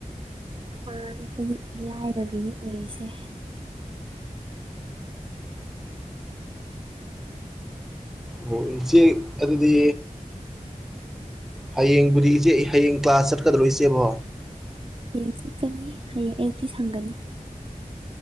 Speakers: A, on the right (about 40°); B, in the centre.
A: ꯃꯥꯅꯦ ꯑꯩꯈꯣꯏꯗꯤ ꯂꯥꯏꯔꯕꯤꯅꯤ ꯑꯣꯏꯔꯤꯁꯦ
B: ꯑꯣ ꯏꯆꯦ ꯑꯗꯨꯗꯤ ꯍꯌꯦꯡꯕꯨꯗꯤ ꯏꯆꯦ ꯍꯌꯦꯡ ꯀ꯭ꯂꯥꯁ ꯆꯠꯀꯗ꯭ꯔꯣ ꯏꯆꯦꯕꯣ
A: ꯎꯝ ꯆꯠꯀꯅꯤ ꯍꯌꯦꯡ ꯑꯌꯨꯛꯇꯤ ꯁꯪꯒꯅꯤ